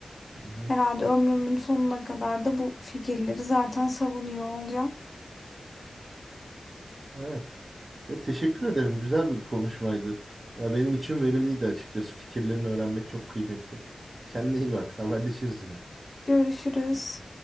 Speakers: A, on the right; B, on the left.
A: Hı hı.
B: Herhalde ömrümün sonuna kadar da bu fikirleri zaten savunuyor olacağım.
A: Evet. Ya, teşekkür ederim. Güzel bir konuşmaydı. Ya benim için verimliydi açıkçası. Fikirlerini öğrenmek çok kıymetli. Kendine iyi bak. Haberleşiriz yine.
B: Görüşürüz.